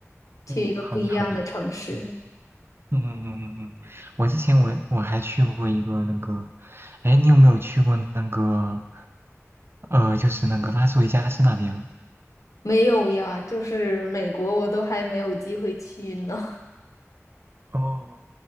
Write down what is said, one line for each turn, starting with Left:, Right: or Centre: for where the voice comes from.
Left: 去一个不一样的城市。
Right: 嗯，好的好的，嗯嗯嗯嗯嗯嗯，我之前我我还去过一个那个，哎，你有没有去过那个，呃，就是那个拉斯维加斯那边啊
Left: 没有呀，就是美国我都还没有机会去呢，
Right: 哦。